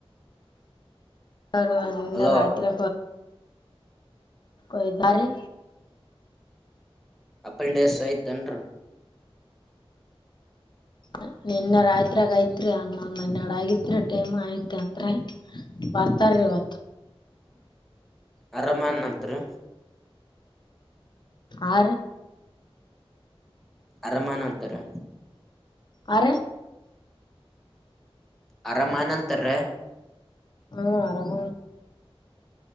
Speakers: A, on the left; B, in the centre.
A: ನಿನ್ನ
B: ಅಲೋ
A: ರಾತ್ರಿ ಕೊಯದಾರೆ
B: ಅಪೆಂಡೆಸ್ೈತನ್
A: ಹ ನಿನ್ನ ರಾಯತ್ರಿ ಆಗ ಐತ್ರಿ ಅಂದ ಒಂದ್ ಹನ್ನ ಎರಡು ಆಗತ್ರಿ ಟೈಮ್ ಐತ್ ಅತ್್ರ ಬರ್ತಾರೀ <inaudible>
B: ಅರಮನ್ ನಂತರು
A: ಆ
B: ಅರಮಾನಂತರ
A: ಆ
B: ಆರಾಮನಂತರ್ರ
A: ಹಾ ಆರಾಮ